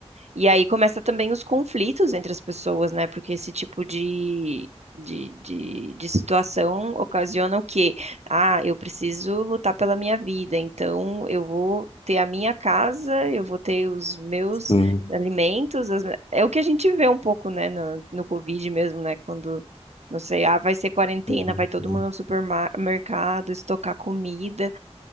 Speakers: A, on the right (about 80°); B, on the left (about 60°).
A: E aí começa também os conflitos entre as pessoas, né? Porque esse tipo de, de, de, de situação ocasiona o quê? Ah, eu preciso lutar pela minha vida, então eu vou ter a minha casa, eu vou ter os meus
B: Sim,
A: alimentos. as É o que a gente vê um pouco, né, no, no Covid mesmo, né? Quando, não sei, ah, vai ser quarentena,
B: sim,
A: vai todo
B: sim.
A: mundo no supermercado estocar comida,